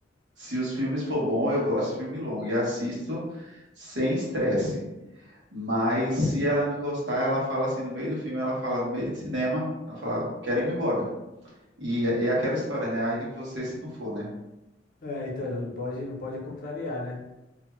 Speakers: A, on the right (about 75°); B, on the left (about 50°).
A: Se os filmes for bom, eu gosto de filme longo e assisto sem estresse. Mas se ela não gostar, ela fala assim no meio do filme, ela fala no meio de cinema, ela fala, quero ir embora. E é é aquela história, né? Ai de você se não for, né?
B: É, então, não pode, não pode contrariar, né?